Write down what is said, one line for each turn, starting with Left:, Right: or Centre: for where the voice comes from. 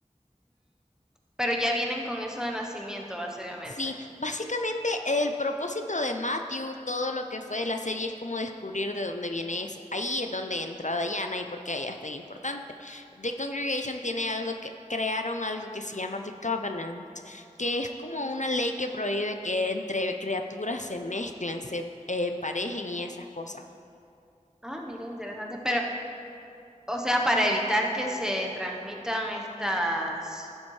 Centre: Pero ya vienen con eso de nacimiento, básicamente.
Left: Sí, básicamente el propósito de Matthew, todo lo que fue de la serie es como descubrir de dónde viene eso. Ahí es donde entra Diana y por qué ella es tan importante. The Congregation tiene algo que crearon algo que se llama The Covenant, que es como una ley que prohíbe que entre criaturas se mezclen, se eh, emparejen y esas cosas.
Centre: Ah, mira, interesante. Pero, o sea, para evitar que se transmitan estas,